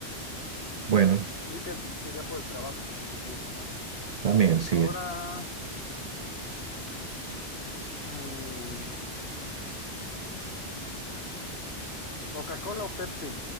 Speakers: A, on the right; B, on the left.
A: bueno,
B: Así que iría por el trabajo que me disgusta.
A: también sí,
B: Ahora, mm, ¿Coca-Cola o Pepsi?